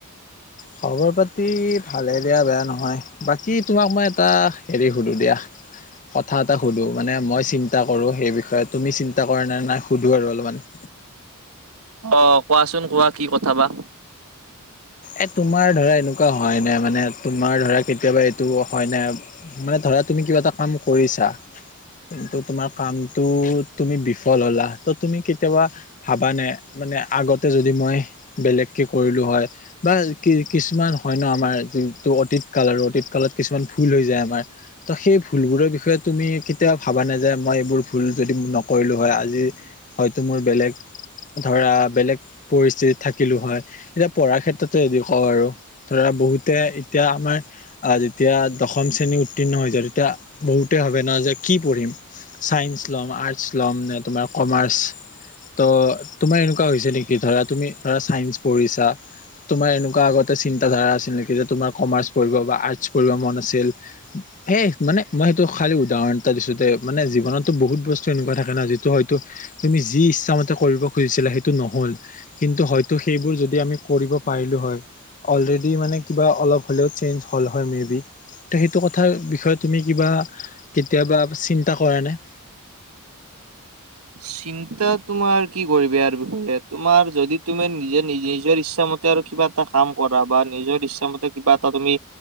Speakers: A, on the left; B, on the right.
A: খবৰ পাতি ভালে দিয়া বেয়া নহয় বাকী তোমাক মই এটা এৰি সুধোঁ দিয়াহ কথা এটা সুধো মানে মই চিন্তা কৰো সেই বিষয়ে তুমি চিন্তা কৰা নে নাই সুধো আৰু অলমান
B: অ কোৱাচোন কোৱা কি কথা বা
A: এই তোমাৰ ধৰা এনেকুৱা হয় নাই মানে তোমাৰ ধৰা কেতিয়াবা এইটো হয় নাই মানে ধৰা তুমি কিবা এটা কাম কৰিছা কিন্তু তোমাৰ কামটো তুমি বিফল হ'লা ত' তুমি কেতিয়াবা ভাবা নে মানে আগতে যদি মই বেলেগকে কৰিলো হয় বা কি কিছুমান হয় ন আমাৰ যিটো অতীত কাল আৰু অতীতকালত কিছুমান ভুল হৈ যায় আমাৰ ত' সেই ভুলবোৰৰ বিষয়ে তুমি কেতিয়া ভাবা নে যে মই এইবোৰ ভুল যদি নকৰিলো হয় আজি হয়তো মোৰ বেলেগ ধৰা বেলেগ পৰিস্থিতিত থাকিলো হয় এতিয়া পঢ়াৰ ক্ষেত্ৰত তে হেৰি খৰ আৰু ধৰা বহুতে এতিয়া আমাৰ আহ যেতিয়া দশম শ্ৰেণী উত্তীৰ্ণ হৈছে তেতিয়া বহুতে ভাবে ন যে কি পঢ়িম চাইন্স ল'ম আৰ্টচ ল'ম নে তোমাৰ কমাৰ্চ ত তোমাৰ এনেকুৱা হৈছে নেকি ধৰা তুমি ধৰা ছাইন্স পঢ়িছা তোমাৰ এনেকুৱা আগতে চিন্তা ধাৰা আছিল নেকি যে তোমাৰ কমাৰ্চ বা আৰ্টচ পঢ়িব মন আছিল এহ মানে মই সেইটো খালী উদাহৰণ এটা দিছো দে মানে জীৱনতো বহুত বস্তু এনেকুৱা থাকে ন যিটো হয়টো তুমি যি ইচ্ছামতে কৰিব খুজিছিলা সেইটো নহল কিন্তু হয়তো সেইবোৰ যদি আমি কৰিব পাৰিলো হয় অলৰেডি মানে কিবা অলপ হলেও চেনজ হল হয় মে বি ত সেইটো কথাৰ বিষয়ে তুমি কিবা কেতিয়াবা চিন্তা কৰা নে
B: চিন্তা তোমাৰ কি কৰিবি আৰু বিয়ে তোমাৰ যদি তুমি নিজে নি নিজৰ ইচ্ছা মতে আৰু কিবা এটা কাম কৰা বা নিজৰ ইচ্ছামতে কিবা এটা তুমি